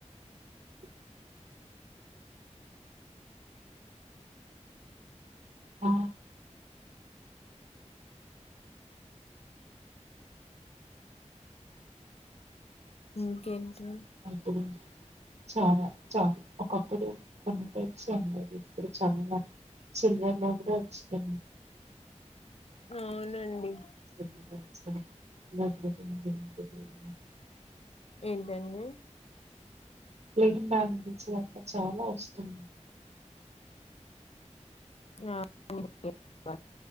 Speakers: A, on the right (about 60°); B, on the left (about 55°).
A: <inaudible> ఆ
B: ఇంకేంటి
A: అప్పుడు చాలా చాల ఒకప్పుడు కొన్ని టైప్స్ అండి ఇద్ద చాలా చిల్లల్లో కూడా మాస్తు
B: అవునండి
A: మ
B: ఏంటండి
A: ప్లెయిన్ బ్యాంగీల్స్ అట్లా చాలా వస్తు
B: ఆ